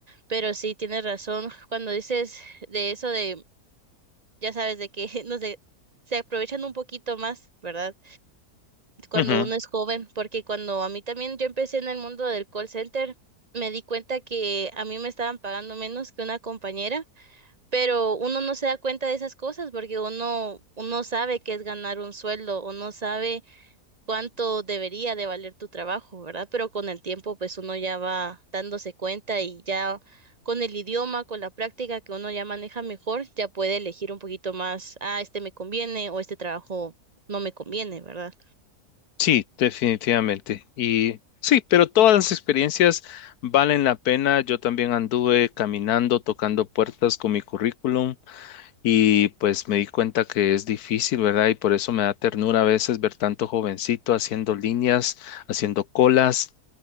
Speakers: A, on the right (about 40°); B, on the left (about 70°).
A: Pero sí, tienes razón. Cuando dices de eso de, ya sabes, de que, <laughs> no sé, se aprovechan un poquito más, ¿verdad? Cuando
B: Ujú.
A: uno es joven, porque cuando a mí también yo empecé en el mundo del call center, me di cuenta que a mí me estaban pagando menos que una compañera, pero uno no se da cuenta de esas cosas porque uno, uno sabe que es ganar un sueldo, uno sabe cuánto debería de valer tu trabajo, ¿verdad? Pero con el tiempo, pues uno ya va dándose cuenta y ya con el idioma, con la práctica que uno ya maneja mejor, ya puede elegir un poquito más, ah, este me conviene o este trabajo no me conviene, ¿verdad?
B: Sí, definitivamente. Y sí, pero todas las experiencias valen la pena. Yo también anduve caminando, tocando puertas con mi currículum y pues me di cuenta que es difícil, ¿verdad? Y por eso me da ternura a veces ver tanto jovencito haciendo líneas, haciendo colas